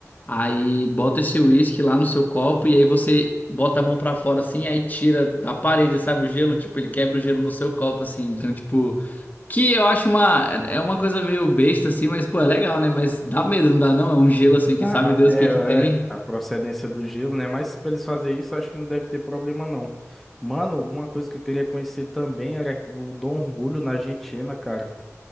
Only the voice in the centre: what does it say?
Ah,
é,
é, a procedência do gelo, né? Mas pra eles fazerem isso, acho que não deve ter problema, não. Mano, uma coisa que eu queria conhecer também era o Dom Julio na Argentina, cara.